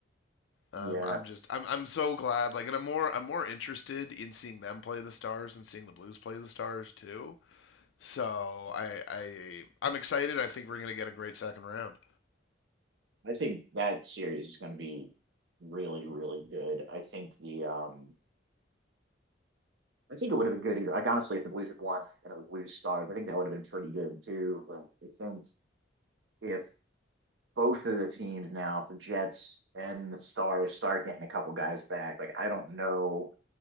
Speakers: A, on the left; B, on the right.
A: um,
B: Yeah.
A: I'm just I'm I'm so glad like and I'm more I'm more interested in seeing them play the Stars and seeing the Blues play the Stars too. So I I I'm excited. I think we're gonna get a great second round.
B: I think that series is going to be really, really good. I think the, um, I think it would have been good either. Like honestly, if the Blues had won and it was Blues Stars, I think that would have been pretty good too. But I think if both of the teams now, if the Jets and the Stars start getting a couple guys back, like I don't know,